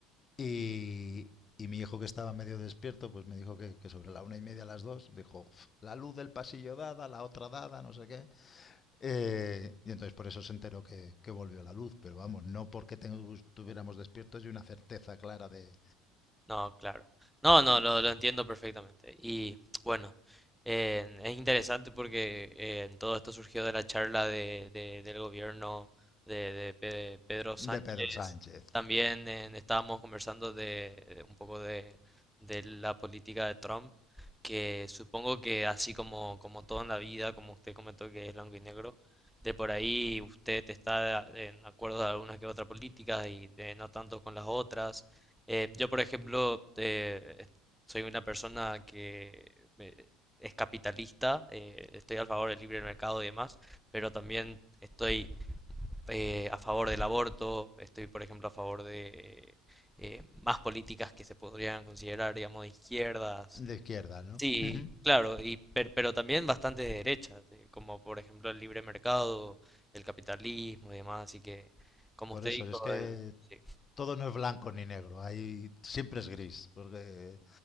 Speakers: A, on the left; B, in the centre.
A: Y, y mi hijo que estaba medio despierto, pues me dijo que, que sobre la una y media, a las dos, dijo, "Uf, la luz del pasillo dada, la otra dada, no sé qué. Eh, y entonces por eso se enteró que, que volvió la luz, pero vamos, no porque estuviéramos despiertos y una certeza clara de,
B: No, claro. No, no, lo, lo entiendo perfectamente. Y bueno, eh, es interesante porque eh, en todo esto surgió de la charla de, de- del gobierno de, de Pe- Pedro Sánchez.
A: de Pedro Sánchez,
B: También eh, estábamos conversando de, de un poco de, de la política de Trump, que supongo que así como, como todo en la vida, como usted comentó que es blanco y negro, de por ahí usted está eh, en acuerdo de algunas que otras políticas y de no tanto con las otras. Eh, yo, por ejemplo, eh, soy una persona que eh, es capitalista, eh, estoy a favor del libre mercado y demás, pero también estoy eh, a favor del aborto, estoy, por ejemplo, a favor de eh, más políticas que se podrían considerar, digamos, de izquierdas.
A: de izquierda, ¿no?
B: Sí,
A: Ujú.
B: claro, y, per- pero también bastante de derechas, eh, como por ejemplo el libre mercado, el capitalismo y demás, así que, como
A: Por
B: usted
A: eso
B: dijo,
A: es que
B: eh, sí.
A: todo no es blanco ni negro, hay, siempre es gris, porque